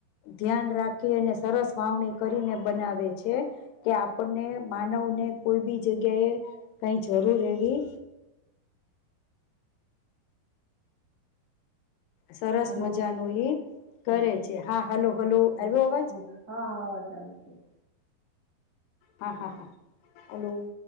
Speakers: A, on the left (about 85°); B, on the right (about 70°).
A: ધ્યાન રાખી અને સરસ વાવણી કરીને બનાવે છે કે આપણને માનવને કોઈ બી જગ્યા એ કઈ જરૂર એવી સરસ
B: હલો
A: મજા ન ઈ કરે
B: હ
A: છે હા હલો હલો
B: હ હ
A: આવ્યો અવાજ
B: હા વાવાજ આવી છે
A: હા હા હા હલો